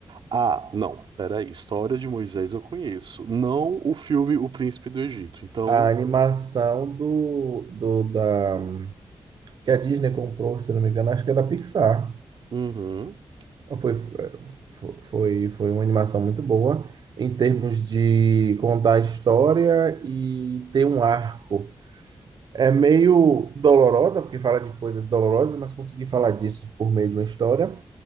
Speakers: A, on the right; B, on the right.
A: Ah, não, peraí. História de Moisés eu conheço. Não o filme O Príncipe do Egito. Então,
B: A animação do, do da que a Disney comprou, se não me engano, acho que é da Pixar.
A: uhum,
B: Foi, foi, foi foi uma animação muito boa em termos de contar a história e ter um arco. É meio dolorosa, porque fala de coisas dolorosas, mas conseguir falar disso por meio de uma história,